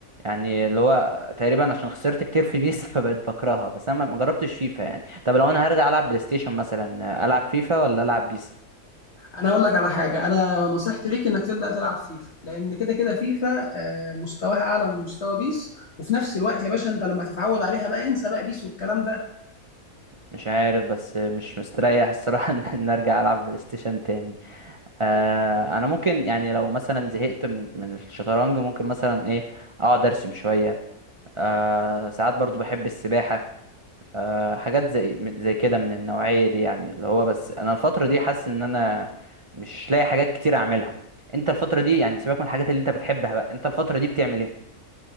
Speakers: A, on the right; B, on the left.
A: يعني اللي هو تقريبا عشان خسرت كتير في بيس <laughs> فبقيت بكرهها بس انا ما ما جربتش فيفا يعني طب لو انا هرجع العب بلاي ستيشن مثلا آه، العب فيفا ولا العب بيس
B: انا اقول لك على حاجه انا نصيحتي ليك انك تبدا تلعب فيفا لان كده كده فيفا آه، مستواها اعلى من مستوى بيس وفي نفس الوقت يا باشا انت لما تتعود عليها بقى انسى بقى بيس والكلام ده
A: مش عارف بس مش مستريح الصراحة <laughs> ان إن ارجع العب بلاي ستيشن تاني آه، انا ممكن يعني لو مثلا زهقت من من الشطرنج ممكن مثلا ايه اقعد ارسم شوية آه، ساعات برضو بحب السباحة آه، حاجات زي من- زي كده من النوعية دي يعني اللي هو بس انا الفترة دي حاسس ان انا مش لاقي حاجات كتير اعملها انت الفترة دي يعني سيبك من الحاجات اللي انت بتحبها بقى انت الفترة دي بتعمل ايه